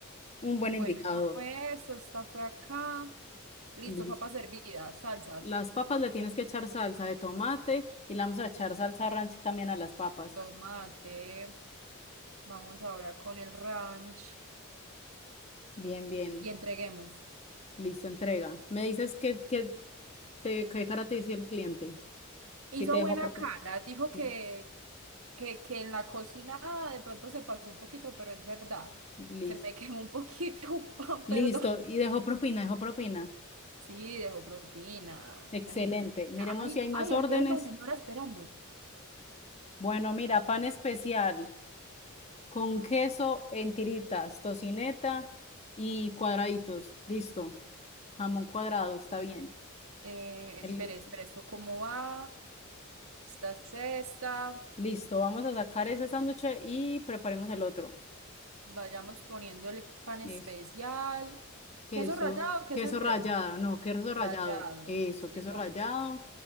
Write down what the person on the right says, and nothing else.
Bueno,
esta fue eso, esta fue acá. Listo,
papas hervidas, salsas,
tomate. Vamos ahora con el ranch
y entreguemos.
Hizo
buena
cara, dijo que,
que, que en la cocinada de pronto se pasó un poquito, pero es verdad.
Se me <laughs> quemó un poquito <laughs> un pan,
perdón.
Sí, dejó propina.
La gente.
Ay,
ay,
aquí hay otra señora esperando.
Eh,
espere, espere, ¿esto cómo va? Esta es esta.
Vayamos poniendo el pan especial.
¿Queso rallado o queso
entero?
Rallado.
Sí,
sas.